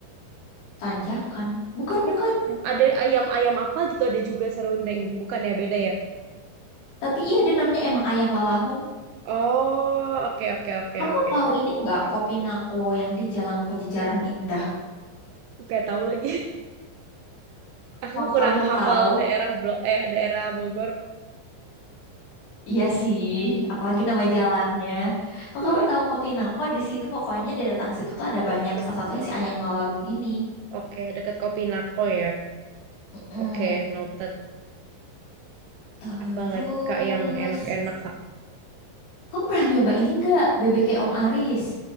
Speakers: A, on the left; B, on the right.
A: tanjakan. Bukan,
B: Kayaknya
A: bukan.
B: aku ada ayam-ayam apa gitu ada juga serundeng. Bukan ya, beda ya?
A: Tapi iya dia namanya emang Ayam Lalagung.
B: Oh, oke oke oke
A: Kamu
B: oke.
A: tahu ini nggak Kopi Nako yang di Jalan Pajajaran Indah?
B: Gak tahu lagi. <laughs> Aku
A: Kalau
B: kurang
A: kamu
B: hafal
A: tahu,
B: daerah Blo eh daerah Bogor.
A: Iya sih, apalagi nama jalannya.
B: <laughs>
A: Kalau
B: Eh,
A: kamu tahu Kopi Nangko, di situ pokoknya deretan situ tuh ada banyak.
B: Dekat
A: Salah satunya
B: Ko-
A: si ayam lalagung ini.
B: Oke, dekat Kopinako ya.
A: Mm-mm.
B: Oke, noted.
A: Terus,
B: Apalagi Kak yang enak-enak, Kak?
A: kamu pernah nyoba ini nggak bebeknya Om Aris?